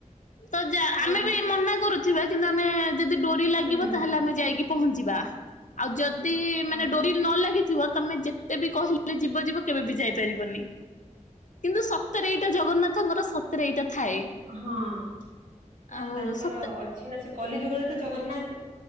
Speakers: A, on the left; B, on the right.
A: ତ
B: ହଁ
A: ଆମେ ବି ମନା କରୁଛୁ। କିନ୍ତୁ ଆମେ ଯଦି ଡୋରି ଲାଗିବ
B: ହୁଁ
A: ତାହେଲେ ଆମେ ଯାଇକି ପହଞ୍ଚିବା। ଆଉ ଯଦି
B: ହଁ
A: ମାନେ ଡୋରି ନ ଲାଗିଥିବ ତମେ ଯେ। ତେ ବି କହିଲେ ଯିବ ଯିବ କେବେ ବି ଯାଇପାରିବନି। କିନ୍ତୁ ସତରେ ଏଇଟା ଜଗନ୍ନାଥଙ୍କର ସତରେ ଏଇଟା ଥାଏ।
B: ହଁ ନା
A: ଆଉ
B: ନା ତାଙ୍କର
A: ସତ
B: ଅଛି ନା ସେ କଲି ଯୁଗରେ ତ ଜଗନ୍ନାଥ